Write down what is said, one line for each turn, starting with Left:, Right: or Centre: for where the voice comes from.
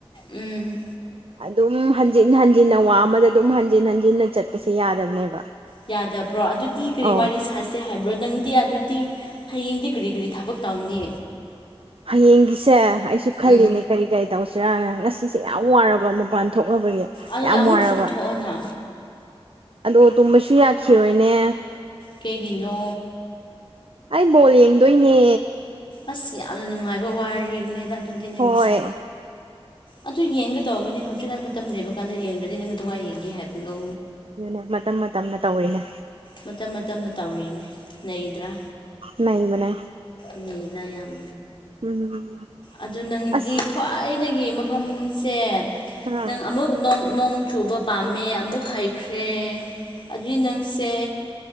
Left: ꯎꯝ
Right: ꯑꯗꯨꯝ ꯍꯟꯖꯤꯟ ꯍꯟꯖꯤꯟꯅ ꯋꯥ ꯑꯃꯗ ꯑꯗꯨꯝ ꯍꯟꯖꯤꯟ ꯍꯟꯖꯤꯟꯅ ꯆꯠꯄꯁꯦ ꯌꯥꯗꯕꯅꯦꯕ
Left: ꯌꯥꯗꯕ꯭ꯔꯣ ꯑꯗꯨꯗꯤ ꯀꯔꯤ
Right: ꯑꯧ
Left: ꯋꯥꯔꯤ ꯁꯥꯁ ꯦ ꯍꯥꯏꯕ꯭ꯔꯣ ꯅꯪꯗꯤ ꯑꯗꯨꯗꯤ ꯍꯌꯦꯡꯗꯤ ꯀꯔꯤ ꯀꯔꯤ ꯊꯕꯛ ꯇꯧꯅꯤ
Right: ꯍꯌꯦꯡꯒꯤꯁꯦ ꯑꯩꯁꯨ ꯈꯜꯂꯤꯅꯦ
Left: ꯎꯝ
Right: ꯀꯔꯤ ꯀꯔꯤ ꯇꯧꯁꯤꯔꯥꯅ ꯉꯁꯤꯁꯦ ꯌꯥꯝ ꯋꯥꯔꯕ ꯃꯄꯥꯟ ꯊꯣꯛꯅꯕꯒꯤ
Left: ꯑꯗꯦ
Right: ꯌꯥꯝ
Left: ꯑꯃꯨꯛ
Right: ꯋꯥꯔꯕ
Left: ꯆꯨꯝꯊꯣꯛꯑꯣꯅ
Right: ꯑꯗꯣ ꯇꯨꯝꯕꯁꯨ ꯌꯥꯈꯤꯔꯣꯏꯅꯦ
Left: ꯀꯩꯒꯤꯅꯣ
Right: ꯑꯩ ꯕꯣꯜ ꯌꯦꯡꯗꯣꯏꯅꯦ
Left: ꯑꯁ ꯌꯥꯝꯅ ꯅꯨꯡꯉꯥꯏꯕ ꯋꯥꯔꯤꯅꯦꯗ ꯑꯗꯨꯗꯤ ꯅꯒꯤꯁꯦ
Right: ꯍꯣꯏ
Left: ꯑꯗꯨ ꯌꯦꯡꯒ ꯇꯧꯔꯝꯒꯅꯤ ꯍꯧꯖꯤꯛꯀꯥꯟ ꯃꯇꯝ ꯂꯩꯕ ꯀꯥꯟꯗ ꯌꯦꯡꯗ꯭ꯔꯗꯤ ꯅꯪꯅ ꯇꯣꯉꯅ ꯌꯦꯡꯒꯦ ꯍꯥꯏꯕꯅꯣ
Right: ꯑꯗꯨꯅꯦ ꯃꯇꯝ ꯃꯇꯝꯅ ꯇꯧꯔꯤꯅꯦ
Left: ꯃꯇꯝ ꯃꯇꯝꯅ ꯇꯧꯔꯤꯅꯤ ꯂꯩꯗ꯭ꯔꯥ
Right: ꯅ ꯃꯅ
Left: ꯂꯩꯅ ꯌꯥꯝ
Right: ꯎꯝ
Left: ꯑꯗꯨ ꯅꯪꯗꯤ
Right: ꯑꯁ
Left: ꯈ꯭ꯋꯥꯏꯗꯒꯤ ꯃꯐꯝꯁꯦ
Right: ꯑꯥ
Left: ꯅꯪ ꯑꯃꯨꯛꯣꯡ ꯅꯣꯡ ꯆꯨꯕ ꯄꯥꯝꯃꯦ ꯑꯃꯨꯛ ꯍꯩꯈ꯭ꯔꯦ ꯑꯗꯨꯏ ꯅꯪꯁꯦ